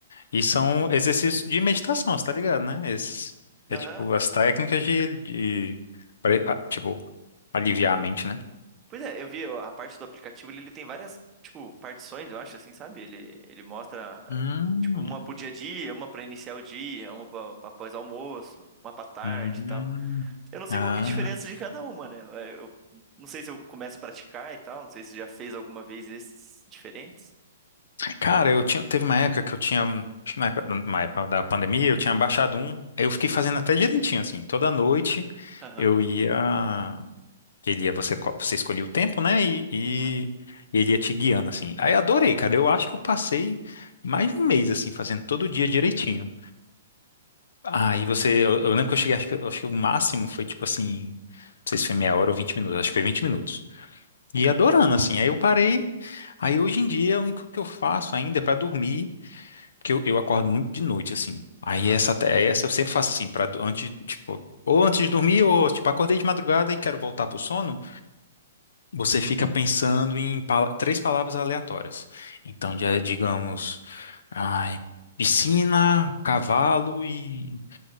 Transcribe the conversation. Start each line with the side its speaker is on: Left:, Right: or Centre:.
Left: E são exercícios de meditação, você tá ligado, né? Esses, é
Right: aham,
Left: tipo as técnicas de, de pare- ah, tipo, aliviar a mente, né?
Right: Pois é, eu vi a parte do aplicativo, ele, ele tem várias, tipo, partições, eu acho, assim, sabe? Ele, ele mostra,
Left: Hum,
Right: eh, tipo, uma pro dia a dia, uma pra iniciar o dia, uma pra, pra pós-almoço, uma pra tarde
Left: hum.
Right: e tal. Eu não sei
Left: Ah,
Right: qual que é a diferença de cada uma, né? Eh, Eu não sei se eu começo a praticar e tal, não sei se você já fez alguma vez esses diferentes.
Left: Cara, eu tinha, teve uma época que eu tinha, acho que na época, na época da pandemia, eu tinha baixado um, aí eu fiquei fazendo até direitinho, assim, toda noite
Right: Aham,
Left: eu ia, ele ia, você, co- você escolhia o tempo, né, e, e
Right: uhum,
Left: ele ia te guiando, assim. Aí eu adorei, cara, eu acho que eu passei mais de um mês, assim, fazendo todo dia direitinho. Aí você, eu, eu lembro que eu cheguei, acho que, acho que o máximo foi, tipo assim, não sei se foi meia hora ou 20 minutos, acho que foi 20 minutos. E adorando, assim, aí eu parei, aí hoje em dia, o único que eu faço ainda é pra dormir, porque eu, eu acordo muito de noite, assim. Aí
Right: aham,
Left: essa, até- essa eu sempre faço assim, para antes, tipo, ou antes de dormir, ou tipo, acordei de madrugada e quero voltar pro sono, você fica pensando em pala- três palavras aleatórias. Então, já, é, digamos, ai, piscina, cavalo e,